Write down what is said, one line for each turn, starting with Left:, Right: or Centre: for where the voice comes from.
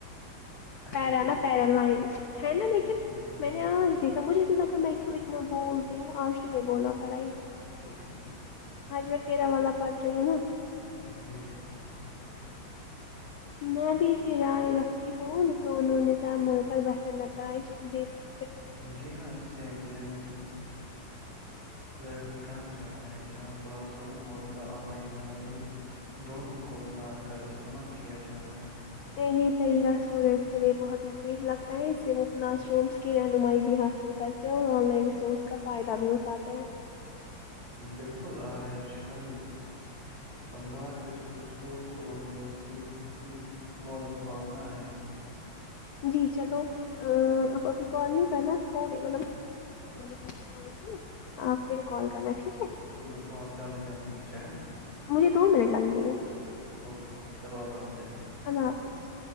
Right: اچھا
Left: پیرانہ
Right: ٹھیک ٹھیک
Left: پیرا لائن لیکن ہے نا
Right: اچھا
Left: لیکن
Right: ٹھیک ٹھیک
Left: میں
Right: جی
Left: نے
Right: جی
Left: آج
Right: جی
Left: دیکھا مجھے بھی لگا میں کیوں اتنا بولتی ہوں آج تمہیں بولنا پڑا ہے
Right: جی جی
Left: آج میں تیرہ والا پڑ رہی ہوں نا
Right: دیسی
Left: میں بھی اسی رائے رکھتی ہوں دونوں نظام مل کر بہتر نتائج دے سخ
Right: جی ہاں اس بلینڈ لرننگ کہا جاتا ہے جہاں کلاس روم اور آن لائن لرننگ دونوں کو ملا کر استعمال کیا جاتا ہے
Left: یہ طریقہ اسٹوڈینٹس کے لیے بہت مفید لگتا ہے اس سے وہ کلاس رومس کی رہنمائی بھی حاصل کر اور آن لائن ریسورس کا فائدہ بھی اٹھاتے ہیں
Right: بالکل آج کل بہت سے اسکولس اور یونیورسٹیز اسی ماڈل کو اپنا رہے ہیں
Left: جی چلو اب ابھی کال نہیں کرنا تھوڑے مطلب میں وہاں سے آؤں گی آپ پھر کال کرنا ٹھیک ہے
Right: جی اترو آپ جلدی جلدی نیچے
Left: مجھے دو منٹ لگ گے
Right: اوکے اوکے چلو اللہ حافظ
Left: اللہ حافظ